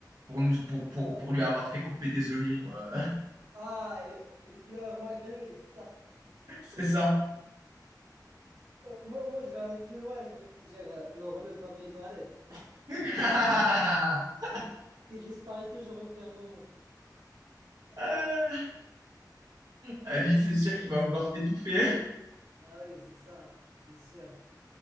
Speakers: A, on the right; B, on the right.
A: pour nous, pour, pour, pour lui avoir fait couper des oignons. euh,
B: Ah, il, il pleure malgré lui, c'est ça.
A: <laughs> c'est ça.
B: Euh, moi, moi, je vais aller plus loin, je vais te dire euh, le rouleau de papier toilette.
A: <laughs>
B: <laughs> Qu'il disparaît toujours au pire moment.
A: Ah, à lui, c'est sûr qu'il va vouloir t'étouffer.
B: Ah oui, c'est ça, hein, c'est sûr.